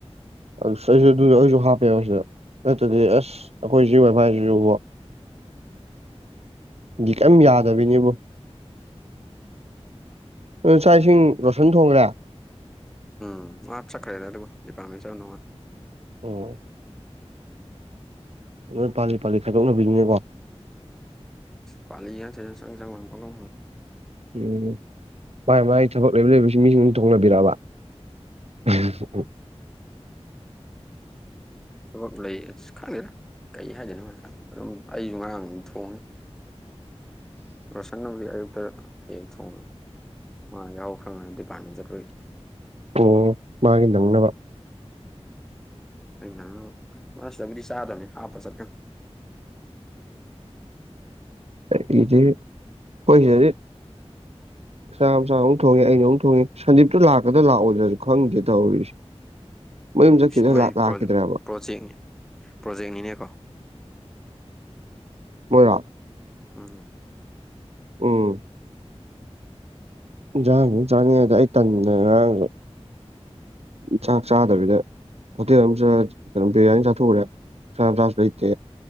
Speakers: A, on the right (about 70°); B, in the centre.
A: ꯑꯩꯁꯨ ꯑꯗꯨꯗ ꯑꯩꯁꯨ ꯍꯥꯞꯄꯦꯕ ꯁꯤꯗ ꯅꯠꯇꯗꯤ ꯑꯁ ꯑꯩꯈꯣꯏ ꯖꯤꯏꯚ ꯍꯥꯏꯁꯤꯁꯨꯕꯣ ꯀꯔꯤꯝ ꯌꯥꯗꯕꯤꯅꯦꯕꯨ ꯆꯥꯛ ꯏꯁꯤꯡ ꯔꯣꯁꯟ ꯊꯣꯡꯈ꯭ꯔꯦ
B: ꯎꯝ ꯃꯥ ꯆꯠꯈ꯭ꯔꯦꯗ ꯑꯗꯨꯒ ꯗꯤꯄꯥꯔꯠꯃꯦꯟ ꯆꯠꯂꯝꯗꯧꯃꯟꯂꯤ
A: ꯑꯣ ꯍꯣꯏ ꯄꯥꯜꯂꯤ ꯄꯥꯜꯂꯤ ꯈꯥꯏꯗꯣꯛꯅꯕꯤꯅꯤꯡꯅꯤꯦꯀꯣ
B: ꯄꯅꯤ ꯌꯥꯁꯦ ꯆꯪ ꯆꯪꯕ ꯂ ꯊꯅ
A: ꯎꯝ ꯃꯥꯏ ꯃꯥꯏ ꯊꯕꯛ ꯂꯩꯕ ꯂꯩꯕꯁꯤ ꯃꯤꯁꯤꯡ ꯊ ꯊꯣꯛꯅꯕꯤꯔꯛꯑꯕ ꯎꯝ ꯑꯣ
B: ꯊꯕꯛ ꯂꯩ ꯑꯁ ꯈꯪꯗꯦꯔꯥ ꯀꯩ ꯍꯥꯏꯗꯣꯏꯅꯣ ꯑꯗꯨꯝ ꯑꯩꯁꯨ ꯉꯔꯥꯡ ꯑꯗꯨꯝ ꯊꯣꯡꯉꯅꯤ ꯔꯣꯁꯟꯅꯒꯤ ꯑꯌꯨꯛꯇ ꯌ‌ꯦꯟ ꯊꯣꯡꯉꯤ ꯃꯥ ꯌꯥꯎꯈ꯭ꯔꯉꯟꯂꯤꯅ ꯗꯤꯄꯥꯔꯠꯃꯦꯟꯇ ꯆꯠꯄꯩ
A: ꯑꯣ ꯃꯥꯒꯤ ꯅꯪꯅꯕ
B: ꯑꯩꯅ ꯁꯤꯗꯕꯨꯗꯤ ꯆꯥꯗꯕꯅꯤ ꯍꯥꯞꯄꯒ‌ ꯆꯠꯈꯔ‌ꯕꯅꯤ
A: <unintelligible> ꯑꯩꯈꯧꯏꯁꯤꯗꯤ ꯆ ꯃ ꯆꯆꯥ ꯑꯃꯨꯛ ꯊꯣꯡꯉꯦ ꯑꯩꯅ ꯑꯃꯨꯛ ꯊꯣꯡꯉꯦ ꯁꯟꯗꯤꯞꯇꯨ ꯂꯥꯛꯀꯗ ꯂꯥꯛꯑꯣꯗ꯭ꯔꯁꯨ ꯈꯪꯗꯦ ꯇꯧꯔꯤꯁꯦ ꯃꯌꯨꯝ ꯆꯠꯈꯤꯗ
B: ꯃꯣꯏ
A: ꯂꯥꯛ ꯂꯥꯛꯈꯤꯗ꯭ꯔꯦꯕ
B: ꯄ꯭ꯔꯣꯖꯦꯛꯅꯤ ꯄ꯭ꯔꯣꯖꯦꯛꯅꯤꯅꯦꯀꯣ
A: ꯃꯣꯏꯔꯥ
B: ꯎꯝꯝ
A: ꯎꯝ ꯏꯟꯁꯥꯡ ꯑꯗꯨ ꯆꯥꯅꯤꯡꯉ ꯑꯗ ꯑꯩ ꯇꯟꯅꯗ ꯉꯔꯥꯡꯁꯨ ꯆꯥꯛ ꯆꯥꯗꯕꯤꯗ ꯍꯣꯇꯦꯜ ꯑꯃꯨ ꯀꯩꯅꯣ ꯕꯤꯔꯌꯥꯅꯤ ꯆꯥꯊꯣꯛꯎꯔꯦ ꯆꯥꯁꯨ ꯂꯩꯇꯦ